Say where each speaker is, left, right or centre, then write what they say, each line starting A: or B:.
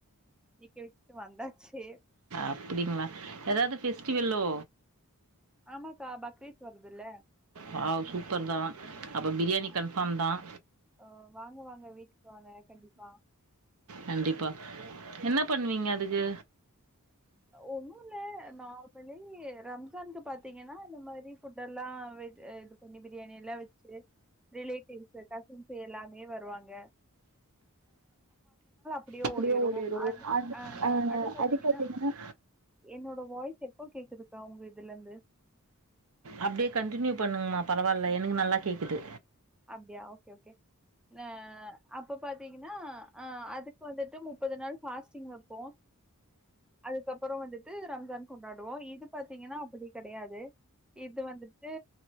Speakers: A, in the centre; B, on the right.
A: நீக்கி வச்சுட்டு வந்தாச்சு
B: அப்டிங்ளா ஏதாவது பெஸ்டிவல்லோ
A: ஆமாக்கா பக்ரீத் வருதுல்ல
B: வாவ் சூப்பர் தான் அப்போ பிரியாணி
A: ஆ
B: கன்ஃபார்ம் தான்
A: ஹ வாங்க வாங்க வீட்டுக்கு வாங்க கண்டிப்பா
B: கண்டிப்பாக என்ன பண்ணுவீங்க அதுக்கு
A: ஒன்னு இல்ல நார்மலி ரம் ஜான்கு பாத்தீங்கன்னா இந்த மாரி ஃபுட் எல்லா இது பண்ணி பிரியாணி எல்லா வெச்சு ரிலேட்டிவ் கசின்ஸ் எல்லாமே வருவாங்க அப்டியே
B: அப்படியே
A: ஓடிரு
B: ஓடிடும்
A: அது அ
B: அஹ்,
A: அது பாத்தீங்கன்னா
B: பார்த்தீங்கன்னா
A: என்னோட வாய்ஸ் எப்போ கேக்குதுக்கா இதுலந்து
B: அப்டியே கண்டடினியூ பண்ணுங்கமா பரவாயில்ல எனக்கு நல்லா கேக்குது
A: அப்டியா ஓகே ஓகே அ அப்ப பாத்தீங்கன்னா அ அதுக்கு வந்துட்டு முப்பது நாள் ஃபாஸ்டிங் வெப்போ அதுக்கப்புறம் வந்துட்டு ரம்ஜான் கொண்டாடுவோ இது பாத்தீங்கன்னா அப்படி கெடையாது இது வந்துட்டு